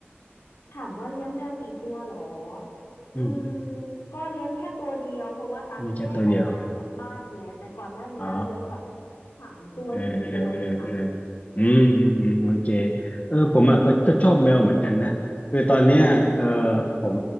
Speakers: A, on the left; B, on the left.
A: ถามว่าเลี้ยงแมวกี่ตัวหรอ
B: อืม
A: อืมก็เลี้ยงแค่ตัวเดียวเพราะว่าตักแยกออกมาจากบ้านไงแต่ก่อนหน้านี้เลี้ยงแบบ
B: มีแค่ตัวเดียวอ๋อ
A: สามตัวสี่ตัวเลยค่ะ
B: เออเออเออเอออืมอืมอืมโอเคเออผมอ่ะก็ก็ชอบแมวเหมือนกันนะคือตอนเนี้ยเออผม